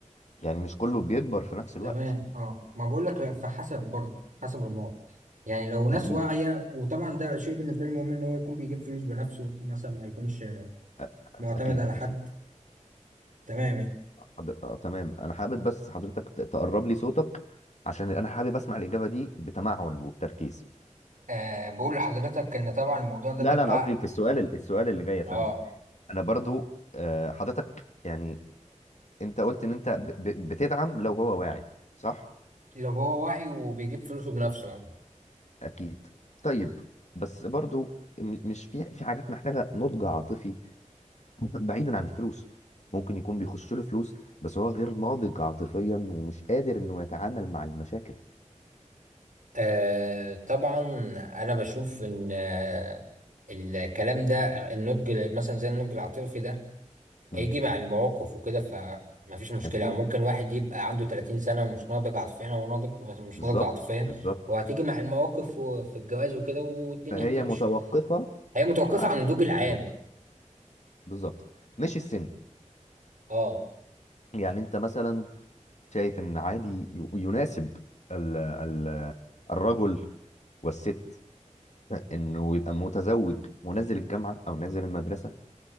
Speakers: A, on the left (about 60°); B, on the right (about 85°).
A: يعني مش كله بيكبر في نفس الوقت
B: تمام اه ما بقول لك لا فحسب برضه حسب الموقف يعني لو ناس
A: اكيد
B: واعية وطبعا ده شيء بالنسبة لي مهم ان هو يكون بيجيب فلوس بنفسه مثلا ما يكونش
A: أ-
B: معتمد
A: اكيد
B: على حد
A: اكيد
B: تمام يعني
A: حضر... آه تمام انا حابب بس حضرتك ت- تقرب لي صوتك عشان انا حابب اسمع الإجابة دي بتمعن وبتركيز
B: آه بقول لحضرتك ان طبعا الموضوع ده
A: لا
B: بيبقى
A: لا انا قصدي في السؤال السؤال اللي جاي يا فندم
B: اه
A: انا برضو آه، حضرتك يعني انت قلت ان انت ب- ب- بتدعم لو هو واعي صح
B: لو هو واعي وبيجيب فلوسه بنفسه
A: اكيد طيب بس برضو م- مش في في حاجات محتاجه نضج عاطفي <clears throat> بعيدا عن الفلوس ممكن يكون بيخش له فلوس بس هو غير ناضج عاطفيا ومش قادر انه يتعامل مع المشاكل
B: آه طبعا انا بشوف ان آه الكلام ده النضج مثلا زي النضج العاطفي ده
A: امم
B: هيجي مع المواقف وكده فمفيش مشكلة
A: اكيد
B: أو ممكن واحد يبقى عنده 30 سنة ومش ناضج عاطفيا هو ناضج بس مش
A: بالظبط
B: ناضج عاطفيا
A: بالظبط
B: هو هتيجي مع المواقف وفي الجواز وكده والدنيا
A: فهي
B: هتمشي
A: متوقفه
B: هي متوقفة
A: على
B: عن النضوج العام
A: النضج بالظبط مش السن
B: اه
A: يعني انت مثلا شايف ان عادي ي- يناسب ال ال الرجل والست انه يبقى متزوج ونازل الجامعه او نازل المدرسه